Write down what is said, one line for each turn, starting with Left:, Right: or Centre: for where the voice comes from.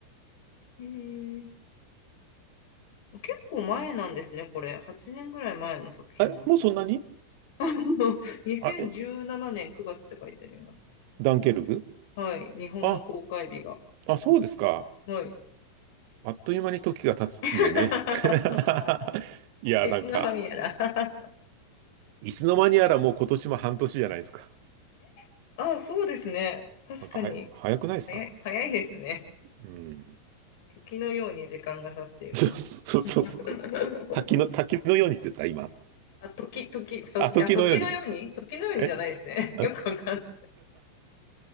Left: へえ結構前なんですね、これ。8年ぐらい前の作品なんですね。
Right: え、もうそんなに
Left: <laughs> 2017年9月って書いてあります。
Right: あ、ダンケルク
Left: はい、日本の公開日が。
Right: あ、あ、そうですか。
Left: はい。
Right: あっという間に時が経つんでね。
Left: <laughs>
Right: <laughs> いや、
Left: いつの間にやら。
Right: なんか、いつの間にやらもう今年も半年じゃないですか。
Left: <laughs> あ、そうですね。確かに。
Right: なんかはや、早くないですか。
Left: 早い、早いですね。
Right: うん。
Left: 時のように時間が去っていく。
Right: <laughs> そうそうそうそう。
Left: <laughs>
Right: 滝の、滝のようにって言った、今。
Left: あ、時、時、時、
Right: あ、時のようにと。
Left: あ、時のように時のようにじゃないですね。
Right: え
Left: <laughs> よくわかん
Right: え